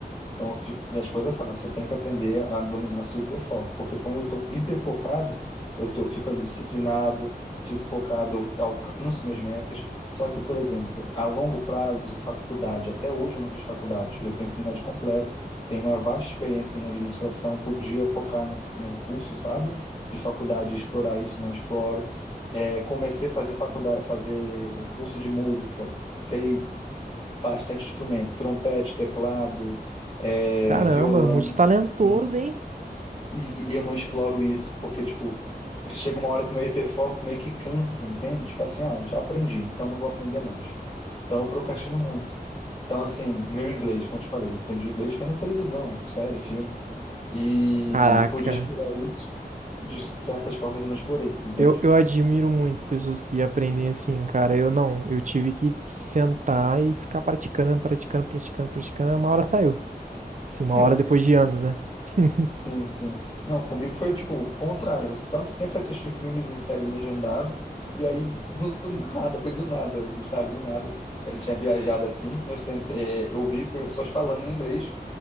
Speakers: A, on the left; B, on the right.
A: Então, eu fico- minha esposa fala, você tem que aprender a dominar seu hiperfoco, porque quando eu estou hiperfocado, eu tô, fico ali disciplinado, fico focado, eu alcanço minhas metas. Só que, por exemplo, a longo prazo, faculdade, até hoje eu não fiz faculdade, eu tenho ensino médio completo, tenho uma vasta experiência em administração, podia focar num, num curso, sabe, de faculdade, explorar isso, não exploro. É, comecei a fazer faculdade, fazer curso de música, sei bastante instrumento, trompete, teclado, é,
B: Caramba,
A: violão,
B: multitalentoso,
A: hum,
B: hein?
A: e, e eu não exploro isso, porque, tipo, chega uma hora que o meu hiperfoco meio que cansa, entende? Tipo assim, ah, já aprendi, então não vou aprender mais. Então eu procrastino muito. Então, assim, o meu inglês, como eu te falei, eu aprendi inglês vendo televisão, série, filme, e
B: Caraca.
A: podia explorar isso de certas formas e não explorei, entende?
B: Eu, eu admiro muito pessoas que aprendem assim, cara. Eu não. Eu tive que sentar e ficar praticando, praticando, praticando, praticando. e Uma hora saiu. Assim, uma
A: <laughs>
B: hora depois de anos, né? <laughs>
A: Sim, sim. Não, comigo foi tipo o contrário. Eu sam- sempre assisti filmes e séries legendado, e aí do <laughs> nada, foi do nada, Gustavo, do nada. Eu tinha viajado assim, eu sentei, é, eu ouvi pessoas falando em inglês